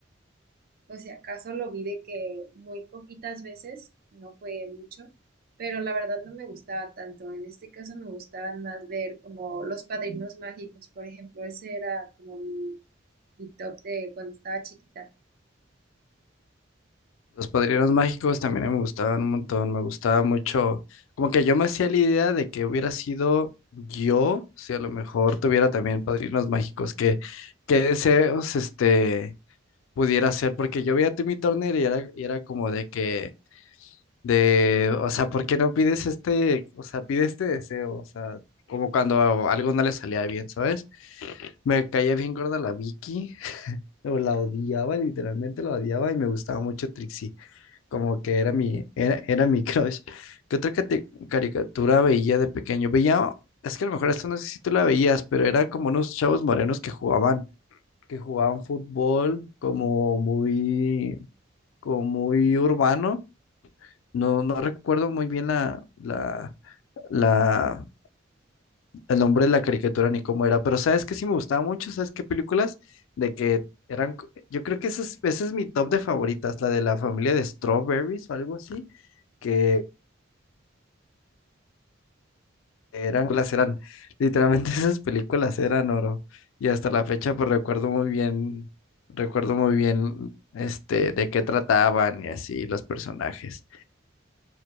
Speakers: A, on the right; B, on the left.
A: o sea, acaso lo vi de que muy poquitas veces, no fue mucho, pero la verdad no me gustaba tanto. En este caso me gustaban más ver como Los Padrinos Mágicos, por ejemplo, ese era como mi, mi top de cuando estaba chiquita.
B: Los Padrinos Mágicos también me gustaban un montón. Me gustaba mucho. Como que yo me hacía la idea de que hubiera sido yo, si a lo mejor tuviera también Padrinos Mágicos, que, qué deseos este, pudiera hacer. Porque yo veía a Timmy Turner y era, y era como de que De, o sea, ¿por qué no pides este, o sea, pide este deseo? O sea, como cuando algo no le salía bien, ¿sabes? Me caía bien gorda la Vicky, o la odiaba, literalmente la odiaba y me gustaba mucho Trixie, como que era mi, era, era mi <laughs> crush. ¿Qué otra cate- caricatura veía de pequeño? Veía, es que a lo mejor esto no sé si tú la veías, pero era como unos chavos morenos que jugaban, que jugaban fútbol como muy, como muy urbano. No, no recuerdo muy bien la, la, la, el nombre de la caricatura ni cómo era, pero sabes que sí me gustaba mucho, ¿sabes qué películas? De que eran, co- yo creo que esa es, esa es mi top de favoritas, la de la familia de Strawberries o algo así, que eran, las eran, literalmente <laughs> esas películas eran oro, y hasta la fecha pues recuerdo muy bien, recuerdo muy bien este, de qué trataban y así los personajes.